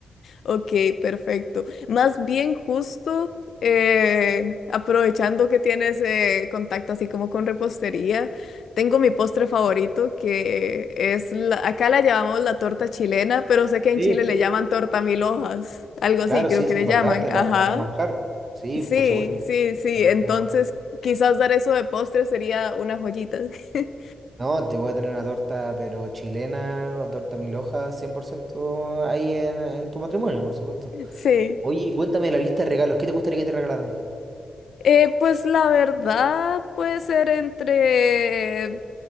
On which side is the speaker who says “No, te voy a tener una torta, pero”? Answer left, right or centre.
Right